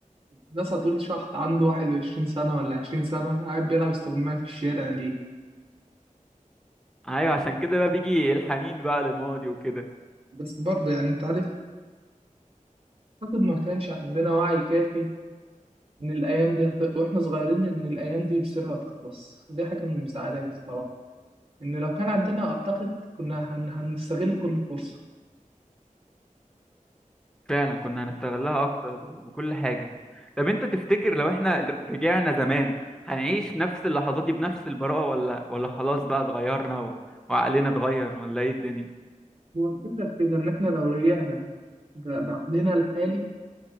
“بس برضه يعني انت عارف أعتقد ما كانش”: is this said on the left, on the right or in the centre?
Right